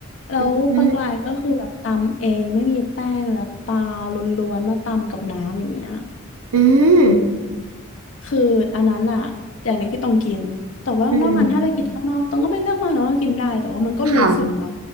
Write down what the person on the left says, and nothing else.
แล้วปลากรายก็คือแบบตำเองไม่มีแป้งแล้วปลาล้วนๆมาตำกับน้ำอย่างเงี้ย
คืออันนั้นอะอย่างเดียวที่ต้องกิน แต่ว่านอกนั้นถ้าไปกินข้างนอกต้องก็ไม่เลือกมากหนางว่ากินได้
แต่ว่ามันก็รู้สึกเนาะ